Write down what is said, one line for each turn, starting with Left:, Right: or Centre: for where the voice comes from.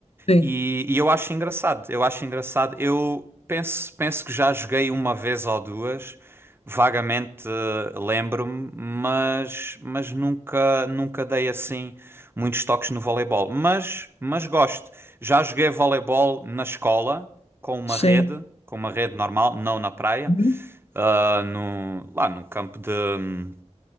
Left: Sim,
Right: E, e eu acho engraçado, eu acho engraçado. Eu penso, penso que já joguei uma vez ou duas, vagamente eh, lembro-me, mas, mas nunca, nunca dei assim muitos toques no voleibol. Mas, mas gosto. Já joguei voleibol na escola, com uma
Left: sim.
Right: rede, com uma rede normal, não na praia,
Left: Uhum.
Right: ah, no, lá no campo de. hum,